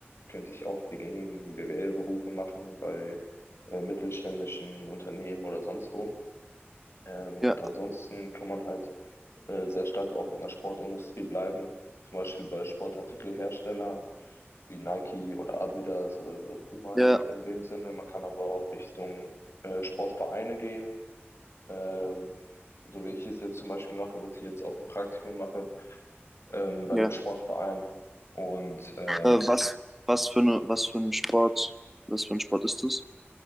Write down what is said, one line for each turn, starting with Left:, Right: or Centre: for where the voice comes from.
Left: könnte ich auch die gängigen BWL-Berufe machen bei äh, mittelständischen Unternehmen oder sonst wo. Ähm,
Centre: Ja,
Left: und ansonsten kann man halt äh, sehr stark auch in der Sportindustrie bleiben. Zum Beispiel bei Sportartikelhersteller wie Nike oder Adidas oder so Puma
Centre: ja,
Left: in, in dem Sinne. Man kann aber auch Richtung äh, Sportvereine gehen. Ähm, so wie ich es jetzt zum Beispiel mache, dass ich jetzt auch ein Praktikum mache ähm, bei
Centre: ja.
Left: einem Sportverein und ähm,
Centre: Äh, was, was für eine, was für ein Sport, was für ein Sport ist das?